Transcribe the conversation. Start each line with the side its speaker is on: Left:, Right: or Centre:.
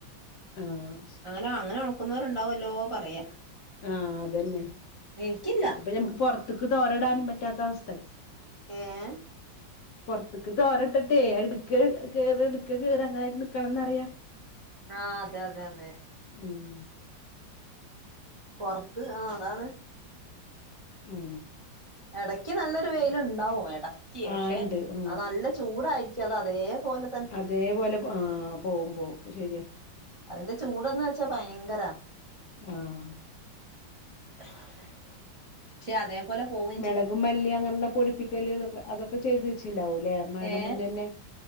Left: ആഹ്
Right: അങ്ങനെ അങ്ങനെ ഒണക്കുന്നോരുണ്ടാവല്ലോ പറയാ
Left: ആഹ് അതന്നെ
Right: എനിക്കില്ല
Left: ഇപ്പൊ ഞമുക്ക് പൊറത്തക്ക് തോരടാനും പറ്റാത്ത അവസ്ഥായി
Right: ഏഹ്
Left: പോർത്ക്ക് തോരട്ടട്ടെ എടുക്ക കേറ എടുക്ക കേറ അങ്ങനെ നിക്കണംന്ന് പറയാ
Right: ആ അതെ അതെ അതെ
Left: ഉം
Right: പൊറത്ത് ആ അതാണ്
Left: ഉം
Right: ഇടക്ക് നല്ലൊരു വെയിലുണ്ടാവും ഇടക്ക്
Left: ആ
Right: പക്ഷെ
Left: ഇണ്ട് ഉം
Right: അത് നല്ല ചൂടായിരിക്കും ക്ഷെ അത് അതേ പോലെ
Left: അതേപോലെ ആ പോവും പോവും ശരിയാ
Right: അതിന്റെ ചൂടന്ന് വെച്ചാ ഭയങ്കര
Left: ആഹ്
Right: <inaudible> പക്ഷെ അതേ പൊലെ പോകും
Left: മിളകും മല്ലി അങ്ങനുള്ള പൊടിപ്പിക്കും അതൊക്കെ ചെയ്ത് വെച്ചിണ്ടാവുംലേ മഴേടെ
Right: ഏ
Left: മുന്നന്നെ